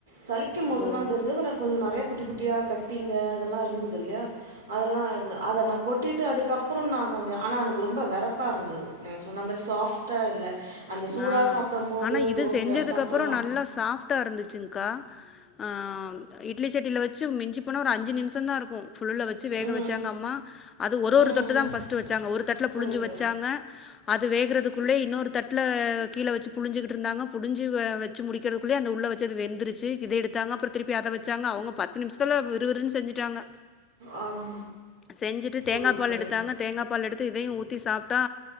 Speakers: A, on the right (about 70°); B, on the left (about 20°).
A: சலிக்கும் போதுதா
B: ஓ!
A: தெருஞ்சுது அதுல கொஞ்சொ நறையா குட்டி குட்டியா கட்டிங்க அதெல்லா இருந்தது இல்லெய்யா அதெல்லா இருந்த அத நா கொட்டிட்டு அதுக்கப்பறோ நானு கொஞ்சொ ஆனா எனக்கு ரொம்ப வெறப்பா இருந்தது நீங்க சொன்ன மாரி சாஃப்ட்டா இல்ல அந்த சூடா
B: ஆ.
A: சாப்டம் போது
B: ஆனா, இது
A: ஓகே
B: செஞ்சதுக்கப்புறம்
A: சாப்ட்றலா
B: நல்லா சாஃப் ட்டா இருந்துச்சுங்க்கா ஆ இட்லி சட்டில வெச்சு மிஞ்சு போனா ஒரு அஞ்சு நிம்ஷொந்தா இருக்கு ஃபுல்ல வெச்சு வேக
A: ஆ ம்
B: வெச்சாங்க அம்மா அது ஒரு ஒரு
A: ம்
B: தட்டுதா
A: ம்
B: ஃபர்ஸ்ட் வெச்சாங்க ஒரு தட்டுல
A: புரியுது
B: புழுஞ்சு வெச்சாங்க அது வேகறதுக்குள்ளே இன்னொரு தட் ல கீழ வெச்சு புழுஞ்சுகிட்டு இருந்தாங்க புழுஞ்சு வெ வெச்சு முடிக்கெறதுக்குள்ளே அந்த உள்ள வெச்சது வெந்தருச்சு இத எடுத் நாங்க அப்பறோ திருப்பி அத வெச்சாங்க அவ்ங்க பத்து நிம்ஷத்துல விறு விறுனு செஞ்சுட்டாங்க
A: ஆம்
B: செஞ்சுட்டு தேங்கா
A: புரியுது
B: பால்
A: புரியுது
B: எடுத்தாங்க தேங்கா பால் எடுத்து இதயு ஊத்தி சாப்ட்டா